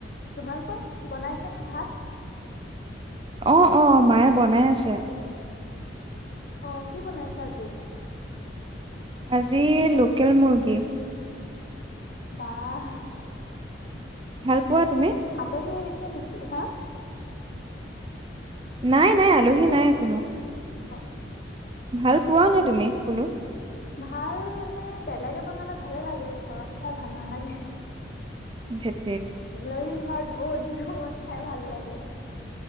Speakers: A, on the left; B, on the right.
A: তোমালোকৰ বনাইছে নে ভাত
B: অ অ মায়ে বনাই আছে।
A: আহ কি বনাইছা আজি
B: আজি লোকেল মুৰ্গী
A: বাহ
B: ভাল পোৱা তুমি
A: আলহী আহিছে নেকি হা
B: নাই নাই আলহী
A: কি কৈছে?
B: নাই একোনো
A: <unintelligible>
B: ভাল পোৱা নে তুমি বোলো
A: ভাল মানে বেলেগে বনালে ভালে লাগে ঘৰত খাই ভাল নালাগে
B: থেত
A: ইন্দলহ ঘৰত বহুত দিন মূঅ খাই ভাল লাগে